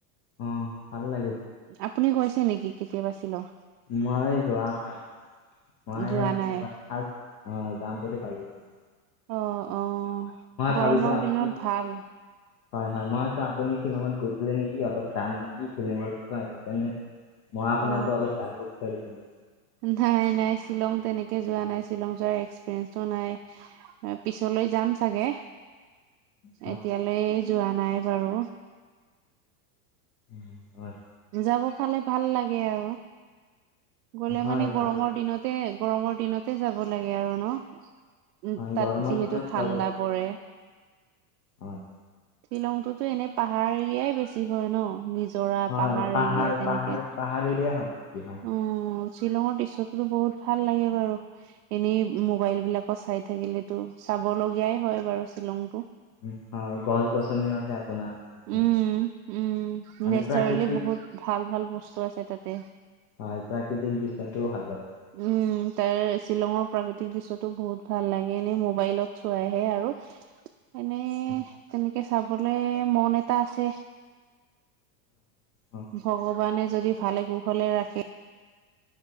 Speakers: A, on the left; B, on the right.
A: উম, ভাল লাগে।
B: আপুনি গৈছে নেকি কেতিয়াবা ছিলং?
A: মই যোৱা নাই, মই
B: যোৱা
A: এইবাৰ
B: নাই
A: ফাষ্ট অহ যাম বুলি ভাবিছোঁ‌।
B: অ', অ',
A: ভাবিছোঁ
B: গৰমৰ
A: আপুনি
B: দিনত ভাল।
A: হয় হয়, মই ভাবিছোঁ‌ আপুনি শ্বিলঙত গৈছিলে নেকি অলপ জানে নেকি শিলিঙৰ বিষয়ে, সেইকাৰণে মই আপোনাৰ
B: অ
A: পৰা অলপ জানিব বিচাৰিছিলোঁ‌।
B: নাই নাই ছিলং তেনেকে যোৱা নাই, শ্বিলং যোৱাৰ এক্সপিৰিয়েঞ্চো নাই। পিছলৈ যাম চাগে,
A: হয়
B: এতিয়ালৈ যোৱা নাই বাৰু।
A: উম, হয়।
B: যাব পালে ভাল লাগে আৰু, গ'লে
A: হয়
B: মানে গৰমৰ
A: ভাল লাগে
B: দিনত তে, গৰমৰ দিনতে যাব লাগে আৰু ন? উম,
A: হয়
B: তাত
A: গৰমৰ
B: যিহেতু
A: দিনত
B: ঠাণ্ডা
A: যাব লাগে
B: পৰে।
A: হয়।
B: শ্বিলংটোতো এনে পাহাৰ এৰিয়াই বেছি হয় ন? নিজৰা
A: হয়, পাহাৰ,
B: এৰিয়া তেনেকে
A: পাহাৰ, পাহাৰ এৰিয়া হয়, শ্বিলং।
B: উম, শ্বিলঙৰ দৃশ্যতোটো বহুত ভাল লাগে বাৰু। এনেই মোবাইল বিলাকত চাই থাকিলেতো, চাব লগীয়াই হয় বাৰু শ্বিলংটো।
A: উম, হয়, গছ-গছনি মা তে আপোনাৰ তাতে।
B: উম, উম,
A: মানে
B: নেচাৰেলি
A: প্ৰাকৃতিক
B: বহুত ভাল ভাল বস্তু আছে তাতে।
A: হয় প্ৰাকৃতিক দৃশ্যটোও ভাল লাগে। তাত।
B: উম তাৰ শ্বিলঙৰ প্ৰাকৃতিক দৃশ্যটো বহুত ভাল লাগে এনেই মোবাইলত চোৱাইহে আৰু।
A: <inaudible>
B: এনে
A: অ,
B: তেনেকে চাবলে মন এটা আছে।
A: হয়
B: ভগৱানে যদি ভালে কোষলে ৰাখে